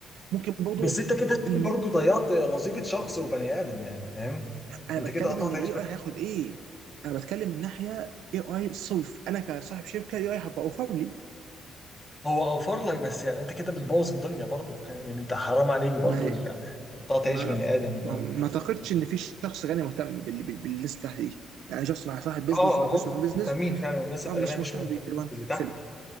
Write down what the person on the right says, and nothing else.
ممكن برضو
م،
انا
بتكلم
ان الاي
اي هياخد ايه انا بتكلم من ناحيه اي اي صرف انا كصاحب شركه اي اي هبقى اوفر لي
ما هي
ما
انا
ما, ما اعتقدش ان في شخص غني مهتم بال... بال... بالليسته دي يعني شخص مع صاحب بيزنس
مع فلوس
مع بيزنس
اه مش مهتم
بيك اللي هو انت
تتفلق